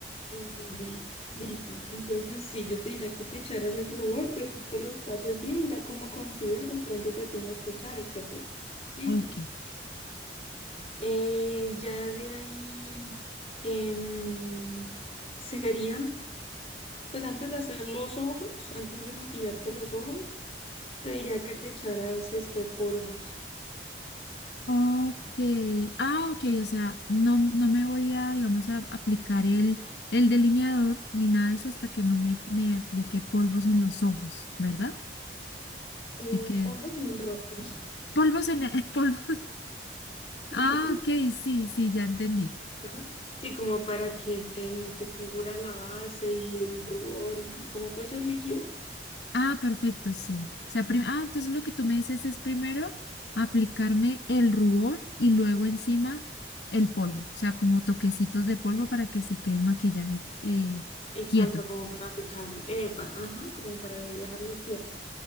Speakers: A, on the left; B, on the left.
A: Sí, sí, sí, dices. Entonces, sí, yo te diría que te echaras el rubor, pues tú te lo esparces bien, ya como consideres cuánto te tengas que echar, etcétera. Listis.
B: Ok.
A: Eh, ya de ahí em, serían, pues antes de hacer los ojos, antes de maquillarte los ojos, Te diría que te echaras este polvos.
B: Ok. Ah, ok, o sea, no, no me voy a, digamos, a aplicar el, el delineador ni nada de eso hasta que no me, me aplique polvos en los ojos, ¿verdad?
A: Eh,
B: Que quede.
A: polvos en el rostro.
B: Polvos en el, <laughs> polvos.
A: <laughs>
B: Ah, ok, sí, sí, ya entendí.
A: Ajá. Sí, como para que te, te cubra la base y el rubor y como todo eso es líquido.
B: Ah, perfecto, sí. O sea, prim- ah, entonces lo que tú me dices es primero aplicarme el rubor y luego encima el polvo, o sea, como toquecitos de polvo para que se quede el maquillaje eh,
A: Exacto,
B: quieto.
A: como para fijarlo. Epa, ajá, como para dejarlo quieto.